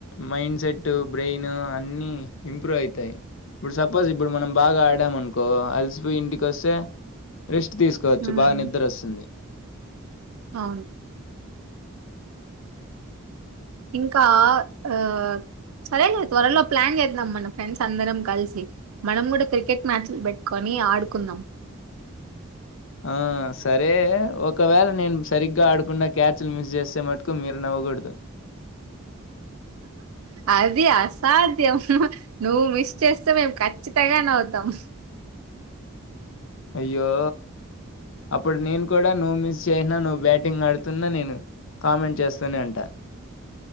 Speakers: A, on the left; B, on the right.
A: mind set brain అన్ని ఇంప్రూవ్ అవుతాయి ఇప్పుడు సపోజ్ ఇప్పుడు మనం బాగా ఆడామ అనుకో అలిసిపోయి ఇంటికి వస్తే రెస్ట్ తీసుకోవచ్చు
B: హ్మ్.
A: బాగా నిద్ర వస్తుంది
B: అవును ఇంకా ఆ సరేలేదు త్వరలో ప్లాన్ చేద్దాం మన ఫ్రెండ్స్ అందరం కలిసి మనం కూడా క్రికెట్ మ్యాచ్లు పెట్టుకొని ఆడుకుందాం
A: ఆ సరే ఒకవేళ నేను సరిగ్గా ఆడకుంన్న క్యాచ్లు మిస్ చేసే మటుకు మీరు నవ్వకూడదు
B: అది అసాధ్యం నువ్వు మిస్ చేస్తే మేము ఖచ్చితంగా న అవుతాం
A: అయ్యో అప్పుడు నేను కూడా నువ్వు మిస్ చేసిన నువ్వు బ్యాటింగ్ ఆడుతున్నా నేను కామెంట్ చేస్తూనే అంటా